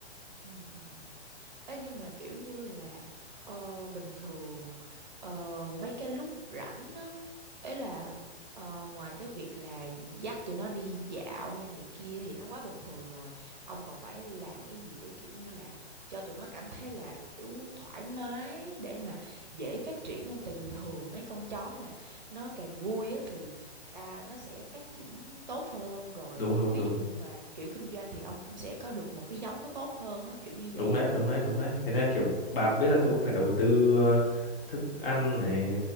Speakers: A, on the right; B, on the left.
A: ừ, ừ. ừ. Ê, nhưng mà kiểu như là ờ, bình thường ờ, mấy cái lúc rảnh á ấy là ờ, ngoài cái việc là dắt tụi nó đi dạo hay này kia thì nó quá bình thường rồi ông còn phải làm cái gì để kiểu như là cho tụi nó cảm thấy là kiểu thoải mái để mà dễ phát triển không tại vì thường mấy con chó mà nó càng vui á thì à, nó sẽ phát triển tốt hơn rồi
B: đúng đúng
A: ví
B: đúng
A: dụ như mà kiểu kinh doanh thì ông cũng sẽ có được một cái giống nó tốt hơn á kiểu như
B: đúng
A: vậy
B: đấy đúng đấy đúng đấy thế nên là kiểu bà cũng biết là tôi cũng phải đầu tư ờ, thức ăn này